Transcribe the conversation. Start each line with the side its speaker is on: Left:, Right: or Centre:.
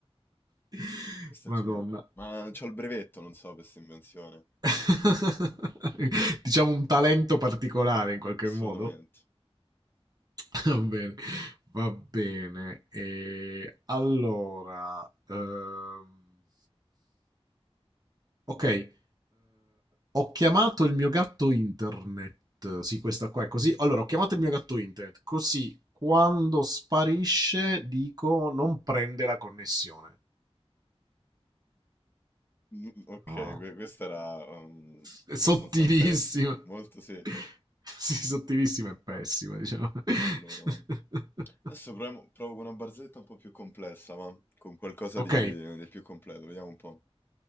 Right: <laughs>
Left: questo
Right: Madonna.
Left: è geniale. Ma c'ho il brevetto, non so, per questa invenzione.
Right: <laughs> diciamo un talento particolare in qualche
Left: Assolutamente.
Right: modo. <laughs> Va bene, va bene. E allora, ehm, ok, eh, ho chiamato il mio gatto internet. Sì, questa qua è così. Allora, ho chiamato il mio gatto internet, così quando sparisce dico non prende la connessione.
Left: Mm, Ok,
Right: No,
Left: que- questa era ehm,
Right: è sottilissima.
Left: abbastanza pessima.
Right: <laughs>
Left: Molto sì.
Right: Sì, sottilissima e pessima, diciamo. <laughs>
Left: Allora, mamma. Adesso proviamo- provo con una barzelletta un po' più complessa, ma con qualcosa
Right: Ok,
Left: di, di più completo, vediamo un po'.